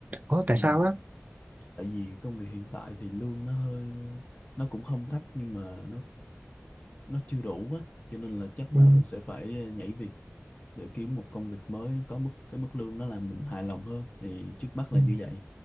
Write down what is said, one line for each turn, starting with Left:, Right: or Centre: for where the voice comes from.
Right: Ủa
Left: Ừm,
Right: tại sao á
Left: tại vì công việc hiện tại thì lương nó hơi nó cũng không thấp nhưng mà nó nó chưa đủ á cho nên là chắc là
Right: ừ.
Left: sẽ phải ờ, nhảy việc để kiếm một công việc mới có mức cái mức lương nó làm mình hài lòng hơn thì trước mắt là
Right: Ừ.
Left: như vậy